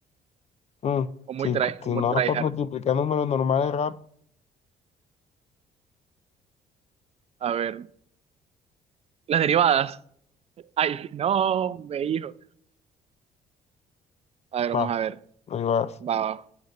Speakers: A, on the left; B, on the right.
A: Mm,
B: O muy,
A: si,
B: try,
A: si
B: o muy
A: no
B: tryhard.
A: da multiplicar números normales rap,
B: A ver, las derivadas. Ay, <laughs> no, me hijo. A ver, vamos
A: va,
B: a ver.
A: lo llevas.
B: Va, va.